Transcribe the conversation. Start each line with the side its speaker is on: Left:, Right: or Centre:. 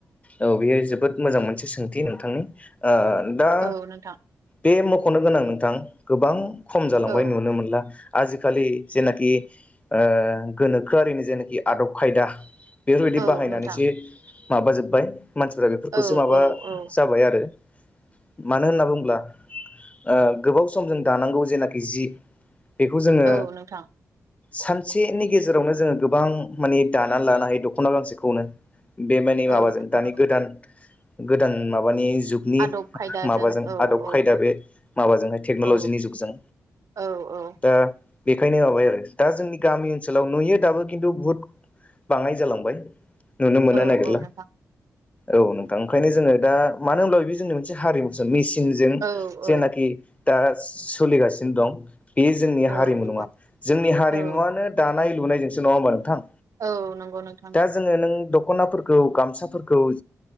Left: औ बेयो जोबोद मोजां मोनसे सोंथि नोंथांनि। ओ दा
Right: औ नोंथां।
Left: बे मख'नो गोनां नोंथां गोबां खम जालांबाय
Right: औ
Left: नुनो मोनला। आजिखालि जेनाखि ओ गोनोखोआरिनि जेनाखि आदब खायदा बेफोरबायदि
Right: औ
Left: बाहायनानैसो
Right: नोंथां
Left: माबाजोब्बाय मानसिफोरारा बेफोरखौसो
Right: औ
Left: माबा
Right: औ औ
Left: जाबाय आरो। मानो होनना बुङोब्ला ओ गोबाव सम जों दानांगौ जेनाखि जि बेखौ जोङो
Right: औ नोंथां
Left: सानसेनि गेजेरावनो जोङो गोबां माने दानानै लानो हायो दखना गांसेखौनो। बे माने
Right: औ
Left: माबाजों
Right: नोंथां
Left: दानि
Right: औ
Left: गोदान गोदान माबानि जुगनि
Right: आदब खायदाजों
Left: माब जों
Right: औ
Left: आदब
Right: औ
Left: खायदा बे माबाजोंहाय टेक्न'ल'जिनि
Right: औ
Left: जुगजों।
Right: औ औ
Left: दा बेखायनो माबाय आरो दा जोंनि गामि ओनसोलाव नुयो दाबो। खिन्थु बुहुत बाङाय जालांबाय नुनो मोननो
Right: औ
Left: नागिरला।
Right: औ नोंथां
Left: औ नोंथां ओंखायनो जोङो दा मानो होनबा बे जोंनि मोनसे हारिमुसो मिस। जों
Right: औ औ
Left: जेनाखि दा सोलिगासिनो दं। बेयो जोंनि
Right: औ
Left: हारिमु
Right: नोंथां
Left: नङा। जोंनि हारिमुवनो
Right: औ
Left: दानाय लुनायजोंसो नङा होमबा नोंथां?
Right: औ नंगौ नोंथां
Left: दा
Right: नंगौ।
Left: जोङो नों द'खनाफोरखौ, गामसाफोरखौ